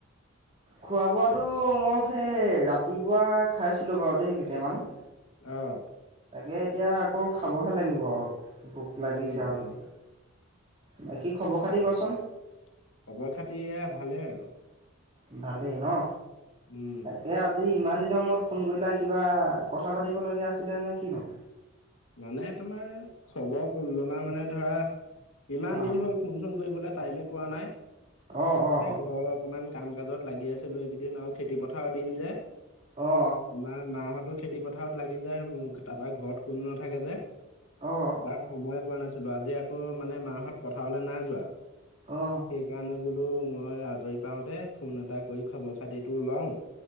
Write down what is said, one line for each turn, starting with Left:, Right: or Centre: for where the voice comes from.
Right: খোৱা বোৱাটো মই সেই ৰাতিপুৱা খাইছিলো বাৰু দেই কেইটামান।
Left: আহ।
Right: তাকে এতিয়া আকৌ খাবহে লাগিব আৰু ভোক লাগিছে
Left: উম উম
Right: আৰু এতিয়া বাকী খবৰ
Left: ঠিকে
Right: খাতি কচোন
Left: আছে খবৰ খাতি ভালে আৰু
Right: ভালেই ন
Left: উম
Right: তাকে আজি ইমান দিনৰ মূৰত ফোন কৰিলে কিবা কথা পাতিবলগীয়া আছিলে নে কিনো
Left: মানে তোমাৰ খবৰ ললা মানে ধৰা ইমান
Right: অ
Left: দিন হ'ল ফোন চোন কৰিবলৈ টাইমে পোৱা নাই এ
Right: অ অ
Left: ঘৰৰ অকমান কাম কাজত লাগি আছিলো এইকেইদিন আৰু খেতি পথাৰৰ দিন যে
Right: অ অ
Left: তোমাৰ মাহঁত খেতি পথাৰত লাগি যায় মোৰ তাৰপা ঘৰত কোনো নাথাকে যে
Right: অ অ
Left: তবাৰ সময়ে পোৱা নাছিল আজি আকৌ মানে মাহাহত পথাৰলৈ নাই যোৱা
Right: অ
Left: সেইকাৰণে বোলো মই আজৰি পাওতে ফোন এটা কৰি খবৰ খাতিটো লওঁ